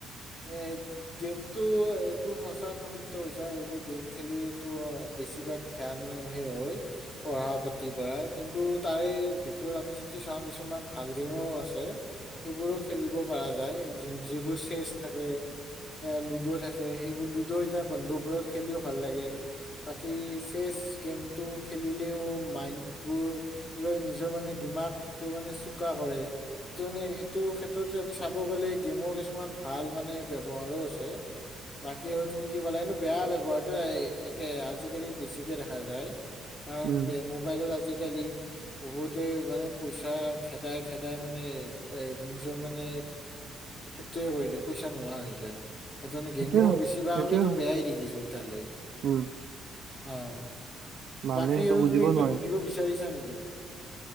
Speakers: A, on the left; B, on the right.
A: এ' গে- গেমটো এইটো সঁচাত তো সত্য হৈছা এইবোৰ গেম খেলি এইটো বেছিভাগ ধ্যান হেই হয় পঢ়া-পাতিৰ পৰা, কিন্তু তাৰে ভিতৰত আমি যতি চাওঁ কিছুমান ভাল গেমো আছে। সেইবোৰক খেলিব পাৰা যায়, যোন যিবোৰ চেচ্‌ থাকে, এইয়া লুডো থাকে সেইবোৰ লুডো এতিয়া বন্ধু বোৰত খেলিও ভাল লাগে বাকী চেচ্‌ গেমটো খেলিলেও- মাইণ্ড বোৰ কি হয় নিজৰ মানে ডিমাকটো মানে চু চোকা কৰে। এইটো মানে সেইটো ক্ষেত্ৰত আমি চাব গ'লে গেমৰ কিছুমান ভাল মানে ব্যৱহাৰো আছে। বাকী আৰু তুমি যি কলা কিন্তু বেয়া ব্যৱহাৰটোৱে একে আজিকালি বেছিকে দেখা যায়। কাৰণ
B: উম
A: বে মোবাইলত আজিকালি বহুতে মানে পইচা খেদাই খেদাই মানে এ' নিজৰ মানে সেইটোয়ে কৰি দিয়ে, পইচা নোহোৱা হৈ যায়। সেইটো মানে গেমো
B: সেইটোৱে হয়
A: বেছিভাগ
B: সেইটোৱে
A: আমিতো
B: হয়
A: বেয়াই দেখিছোঁ এতিয়ালৈ।
B: উম
A: অ'
B: মানুহে
A: বাকী
B: সেইটো
A: আৰু
B: বুজিব
A: তুমি এতিয়া
B: নোৱাৰে
A: সুধিব বিচাৰিছা নেকি?